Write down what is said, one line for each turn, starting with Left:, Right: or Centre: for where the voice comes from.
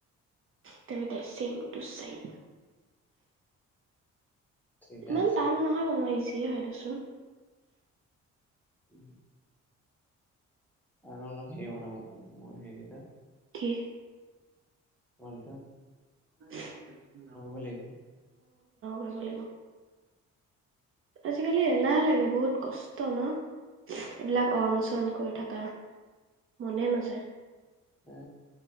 Right: তেনে তাই সেইম টো সেইম।
Centre: ঠিকে
Right: ইমান
Centre: আছে
Right: টান নহয় বনোৱা ইজিয়ে হয় দেচোন।
Centre: উম, আৰু অলপ হেৰি বনাব মোৰ সেইকেটাত,
Right: কি?
Centre: হয়ক <unintelligible>
Right: অ, ডাঙৰ
Centre: লাগিব।
Right: কৰিব লাগিব। আজিকালি এলাহ লাগে বহুত কষ্ট ন। এইবিলাক অন চন কৰি থকা মনে নাযায়।
Centre: অ,